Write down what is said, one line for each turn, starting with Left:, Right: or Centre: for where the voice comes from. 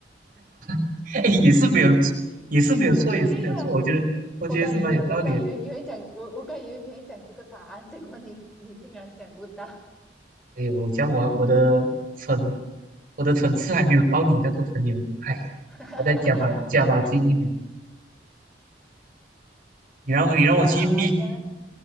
Right: <laughs> 哎，也是没有，也是没有错，
Centre: 对呀、
Right: 也是没有错，我觉得，我觉得是蛮有道理的。
Centre: 我刚以为我刚以为你会讲，我我刚以为你会讲这个答案，结果你你竟然想不到。
Right: 哎呦，我讲我我的层，我的层次还没有到你那个朋友，哎，
Centre: <laughs>
Right: 我再加把加把劲一点，你让你让我去闭
Centre: 好啦好啦，这样